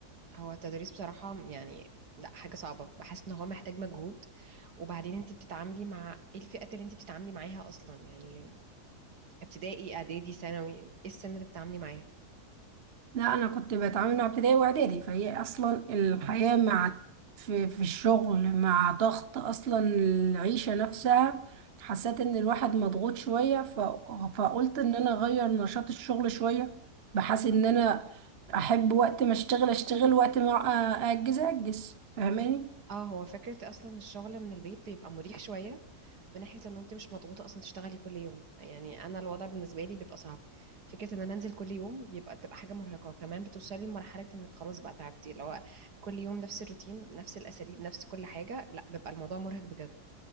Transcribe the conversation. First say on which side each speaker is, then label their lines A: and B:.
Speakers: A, on the right; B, on the right.
A: هو التدريس بصراحة يعني لا حاجة صعبة بحس ان هو محتاج مجهود وبعدين انت بتتعاملي مع ايه الفئات اللي انت بتتعاملي معاها اصلا يعني ابتدائي اعدادي ثانوي ايه السن اللي بتتعاملي معاه
B: لا انا كنت بتعامل مع ابتدائي واعدادي فهي اصلا الحياه مع في, في الشغل مع ضغط اصلا العيشه نفسها حسيت ان الواحد مضغوط شويه ف... فقلت ان انا اغير نشاط الشغل شويه بحيث ان انا احب وقت ما اشتغل اشتغل وقت ما أ- اجز اجز فاهماني
A: اه هو فكرة اصلا الشغل من البيت بيبقى مريح شوية من ناحية ان انت مش مضغوطة اصلا تشتغلي كل يوم يعني انا الوضع بالنسبة لي بيبقى صعب فكرة ان انا انزل كل يوم بيبقى بتبقى حاجة مرهقة وكمان بتوصلي لمرحلة انك خلاص بقى تعبتي لو كل يوم نفس الروتين نفس الاساليب نفس كل حاجة لا بيبقى الموضوع مرهق بجد